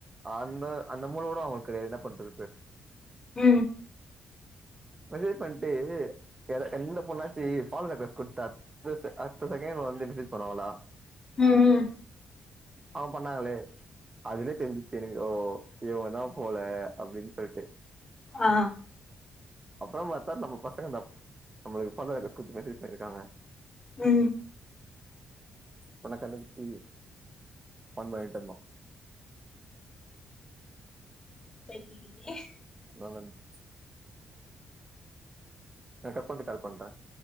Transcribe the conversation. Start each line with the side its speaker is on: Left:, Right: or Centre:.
Right: அந்த அந்த மூல கூட அவங்களுக்கு கிடையாது என்ன பண்றது
Left: உ
Right: மெசேஜ் பண்ணிட்டு எந்த பொண்ணாச்சு ஃபாலோ ரெக்யஸ்ட் குடுத்தா அடுத்தஸ் <unintelligible> செகண்ட் வந்து மெசேஜ் பண்ணுவாங்களா
Left: உ உ
Right: அவங்க பண்ணாங்களே அதுலயே தெரிஞ்சிச்சு எனக்கு ஓ இவங்கதா போல அப்படின்னு சொல்லிட்டு
Left: ஆ
Right: அப்புற பாத்தா நம்ம பசங்க தா நம்மளுக்கு டிஃப்ரன்ட்டா ரெக்யஸ்ட் கொடுத்து மெசேஜ் பண்ணிருக்காங்க
Left: உ
Right: உண்ண கண்டுபுடிச்சி ஃபன் பன்னிட்ருந்தோ
Left: சேரி
Right: நல்லாருந்துச்சு நா கட் பண்ட்டு கால் பண்றே